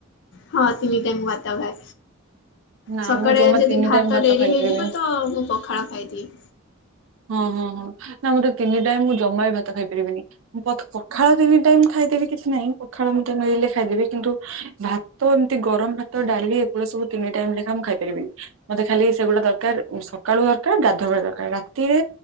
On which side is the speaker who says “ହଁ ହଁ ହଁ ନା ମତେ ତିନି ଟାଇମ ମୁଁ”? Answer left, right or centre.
Right